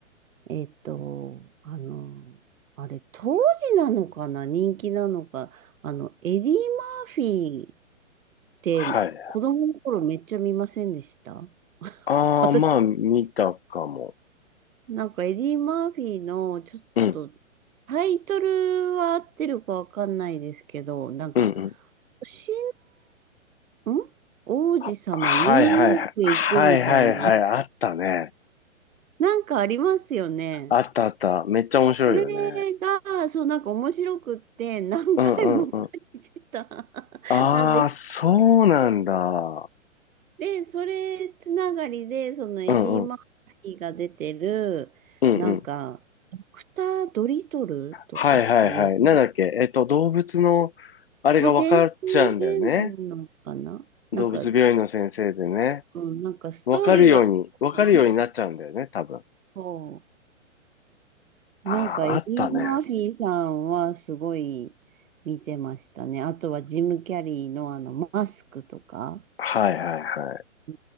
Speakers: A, on the right; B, on the left.
A: えっと、あの、あれ、当時なのかな、人気なのか、あの、エディ・マーフィーって子供の頃めっちゃ見ませんでした
B: はい。
A: <laughs>
B: ああ、
A: 私、
B: まあ、見たかも。
A: なんかエディ・マーフィーのちょっと
B: うん。
A: タイトルは合ってるかわかんないですけど、なんか、
B: うんうん。
A: 星の、ん王子様ニューヨークへ行くみたいに、
B: は、はいはいはい。はいはいはい。あったね。
A: なんかありますよね。
B: あったあった。めっちゃ面白いよね。
A: それが、そう、なんか面白くって、何回も借りてた。
B: うんうんうん。
A: <laughs>
B: ああ、
A: なぜか
B: そうなんだ。
A: で、それつながりで、そのエディ・
B: うんうん。
A: マーフィーが出てる、
B: うんうん。
A: なんか、ドクター・ドリトルとかっていう、
B: はいはいはい。なんだっけ。えっと、動物の、あれが分かっちゃうんだよね。
A: の先生なのかななんか、
B: 動物病院の先生でね。
A: うん、なんかストーリーは、
B: 分かるように、分かるようになっちゃうんだよね、
A: そ
B: 多分。
A: う
B: ああ、
A: なんかエディ・
B: あったね。
A: マーフィーさんはすごい見てましたね。あとはジム・キャリーのあのマスクとか。
B: はいはいはい。
A: う